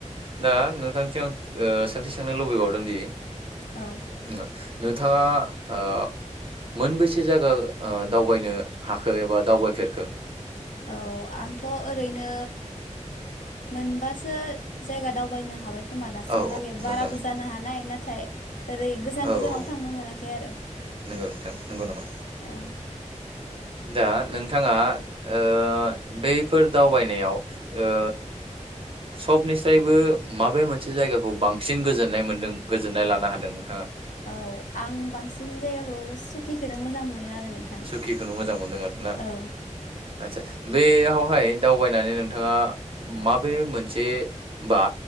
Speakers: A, on the right; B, on the left.
A: दा नोंथांनि सायाव ओ सोंथि सोंनो लुबैबावदों दि
B: औ
A: <unintelligible> नोंथाङा ओ मोनबैसे जायगा ओ दावबायनो हाखो एबा दावबाय फेरखो?
B: औ आंथ' ओरैनो मोनबासो जायगा दावबायनो हाबाय। खोमा दासिमहालागै
A: औ औ
B: बाराबो
A: मोजां
B: जानो हानाय नाथाय ओरै गोजान
A: औ
B: गोजानाव
A: औ
B: थांनो मोनाखै आरो
A: नंगौ नोंथां नंगौ नामा
B: औ।
A: दा नोंथाङा ओ बैफोर दावबायनायाव ओ सबनिसायबो माबे मोनसे जायगाखौ बांसिन गोजोननाय मोनदों गोजोननाय लानो हादों नोंथाङा?
B: औ आं बांसिन जायगाखौ सुखिखोनो मोजां मोनो आरो नोंथां
A: सुकिखौनो मोजां मोनदों आरो ना
B: औ
A: आदसा बेयावहाय दावबायनानै नों थाङा माबे मोनसे बा